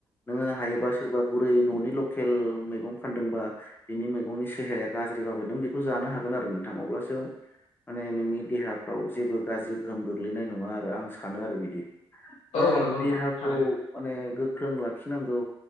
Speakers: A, on the left; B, on the left.
A: नोङो हायोबा सोरबा बुरै न'नि लकेल मैगं फानदोंबा बिनि मैगंनि सेहेराया गाज्रि बाबोदों बेखौ जानो हागोन आरो नोंथ थां अब्लासो माने नोंनि देहाफ्राव जेबो गाज्रि गोहोम गोग्लैनाय नङा आरो आं सानो आरो बिदि।
B: औ
A: दा
B: नंगौ नोंथां
A: देहाखौ
B: थारैनो
A: माने गोख्रों लाखिनांगौ